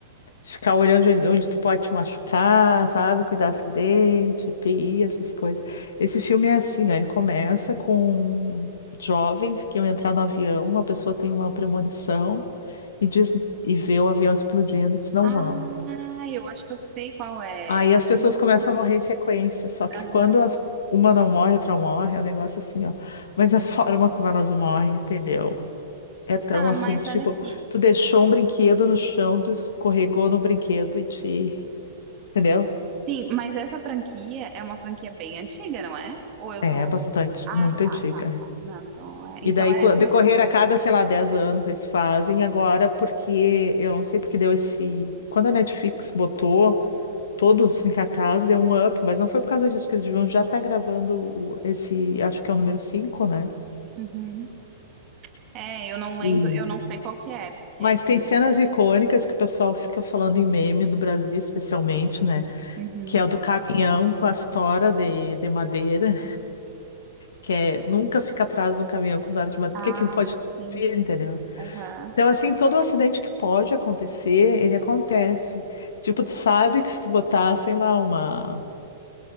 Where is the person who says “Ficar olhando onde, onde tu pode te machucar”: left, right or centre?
Left